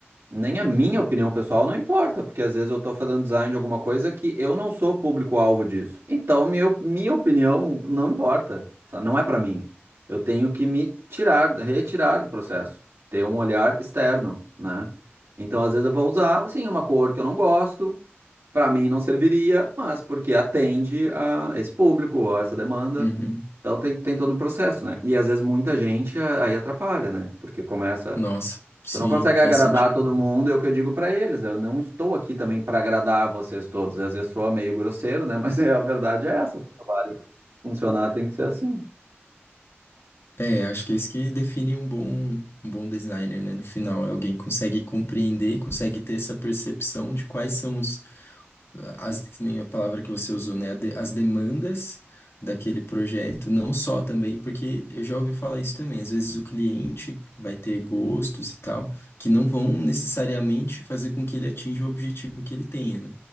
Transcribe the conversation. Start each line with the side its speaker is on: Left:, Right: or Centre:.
Right: nem a minha opinião pessoal não importa, porque às vezes eu tô fazendo design de alguma coisa que eu não sou público-alvo disso. Então, minha, minha opinião não importa, sabe? Não é pra mim. Eu tenho que me tirar, retirar do processo, ter um olhar externo, né? Então, às vezes eu vou usar, assim, uma cor que eu não gosto, pra mim não serviria, mas porque atende a esse público, a essa demanda.
Left: Uhum.
Right: Então, tem, tem todo um processo, né? E às vezes muita gente ah, aí atrapalha, né? Porque começa
Left: Nossa, sim,
Right: Tu não consegue
Left: faz
Right: agradar
Left: sentido.
Right: todo mundo, é o que eu digo pra eles. Eu não estou aqui também pra agradar vocês todos. Às vezes soa meio grosseiro, né? <laughs> Mas é, a verdade é essa. O trabalho funcionar tem que ser assim.
Left: É, acho que é isso que define um bom, um bom designer, né? No final, é alguém que consegue compreender, consegue ter essa percepção de quais são os, as, que nem a palavra que você usou, né? A de- As demandas daquele projeto, não só também, porque eu já ouvi falar isso também. Às vezes o cliente vai ter gostos e tal, que não vão necessariamente fazer com que ele atinja o objetivo que ele tenha, né?